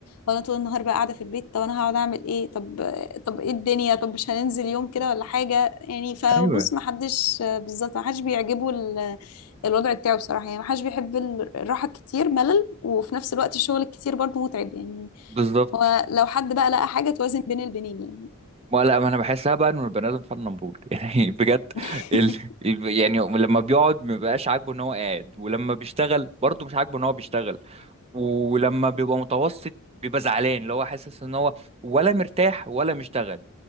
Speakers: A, on the left; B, on the right.
A: وانا طول النهار بقى قاعده في البيت طب انا هقعد اعمل ايه طب طب ايه الدنيا طب مش هننزل يوم كده ولا حاجه يعني فبص
B: ايوه
A: ما حدش بالظبط ما حدش بيعجبه ال- الوضع بتاعه بصراحه يعني ما حدش بيحب ال- الراحه الكتير ملل وفي نفس الوقت الشغل الكتير برضو متعب يعني
B: بالظبط
A: هو لو حد بقى لقى حاجه توازن بين البنين يعني
B: ما لا ما انا بحسها بقى انه البني ادم فعلا نمرود <laughs> يعني بجد
A: <laughs>
B: ال... ال- يعني لما بيقعد ما بيبقاش عاجبه ان هو قاعد ولما بيشتغل برضه مش عاجبه ان هو بيشتغل ولما بيبقى متوسط بيبقى زعلان اللي هو حاسس ان هو ولا مرتاح ولا مشتغل